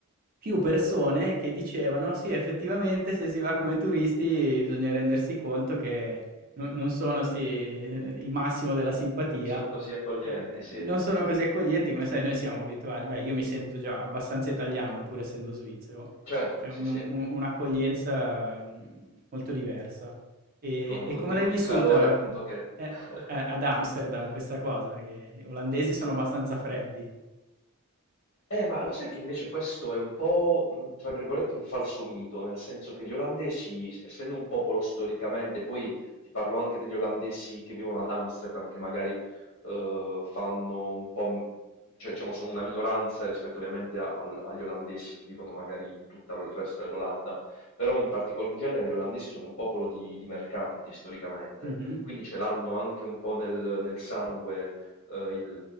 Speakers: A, on the right; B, on the left.
A: più persone che dicevano: "Sì, effettivamente se si va come turisti bisogna rendersi conto che no non sono sì, il massimo della simpatia,
B: <laughs> sono così accoglienti,
A: ehm,
B: sì.
A: non sono così accoglienti come sai, noi siamo abituati. Beh, io mi sento già abbastanza italiano pur essendo svizzero,
B: Certo,
A: c'è un-
B: sì, sì.
A: un- un'accoglienza mhmm, molto diversa. E
B: Ecco, non
A: e
B: non
A: come
B: dico
A: l'hai vissuta,
B: il calore appunto che
A: eh,
B: <laughs>
A: a ad Amsterdam questa cosa? Che gli olandesi sono abbastanza freddi.
B: Eh, ma lo sai che invece questo è un po', mh, tra virgolette, un falso mito, nel senso che gli olandesi, s- essendo un popolo storicamente, poi ti parlo anche degli olandesi che vivono ad Amsterdam, che magari eh, fanno un po', m- cioè diciamo sono una minoranza rispetto ovviamente a- al- agli olandesi che vivono magari in tutto il resto dell'Olanda, però in particolare in genere gli olandesi sono un popolo di, di mercanti storicamente,
A: Mh-mh.
B: quindi ce l'hanno anche un po' nel, nel sangue eh, il-